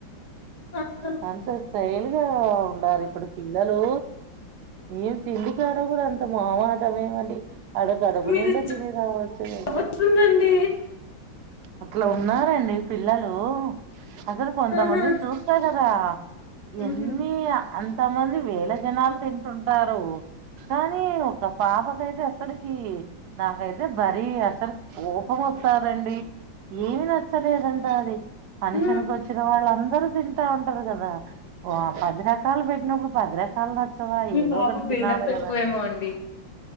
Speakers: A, on the left; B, on the right.
A: ఆ
B: అంతే <inaudible> ఉండారు ఇప్పుడు పిల్లలు ఏం తిండి కాడ కూడ అంత మా <unintelligible> ఏవండీ ఆడ కడపు
A: మీరు
B: నిండా తిని రావచ్చు కదా
A: చెప్తుందండి
B: అట్లా ఉన్నారండి పిల్లలు అసలు కొంతమందిని
A: ఆహా
B: చూస్తా కదా
A: హుహు.
B: ఎన్ని అంతమంది వేల జనాలు తింటుంటారు కానీ ఒక పాపకైతే అసలుకి నాకైతే మరీ అసలు కోపం వస్తదండి ఏమి నచ్చలేదంట అది ఫంక్షన్
A: హ్మ్.
B: కి వచ్చిన వాళ్ళు అందరూ తింటూ ఉంటారు కదా ఆ భజనకు వాళ్లు పెట్టినప్పుడు పది రకాలు నచ్చావా
A: మీ
B: ఎదో
A: పాప
B: ఒకటి
A: బిల్డప్
B: తినాలి
A: ఎక్కువేమో
B: కదా
A: అండి